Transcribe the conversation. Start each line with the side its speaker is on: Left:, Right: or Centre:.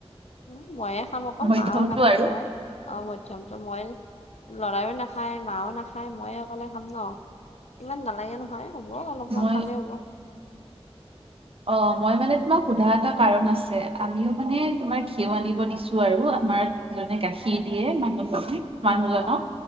Left: উ ময়ে খাম অকল
Right: মধ্যমটো
Left: মাও নাখায়
Right: আৰু
Left: নহয়। অ মধ্যমতো মই লৰায়ও নাখায় মাও নাখায়। খাই ময়ে অকলে খাম ন, ইমান নালাগে নহয় হ'ব অলপমান
Right: মই
Left: খালে হ'ব।
Right: অ মই মানে তোমাক সোধা এটা কাৰণ আছে, আমিও মানে তোমাৰ ঘিয়উ আনিব দিছো আৰু আমাৰ! জনে গাখীৰ দিয়ে মানুহজনে মানুহজনক
Left: অ